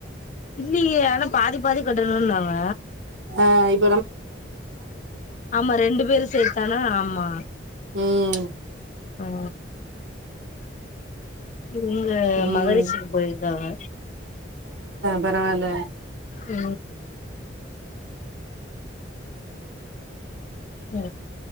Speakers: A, on the left; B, on the right.
A: இல்லியே ஆனா பாதி பாதி கட்டணும்னாங்க
B: ஆ இப்
A: ஆமா ரெண்டு பேரு சேத்தானா ஆமா
B: ம்
A: உ இங்க
B: ம்
A: மகரிசிகு போயிருகாங்க
B: பரவால
A: உ உ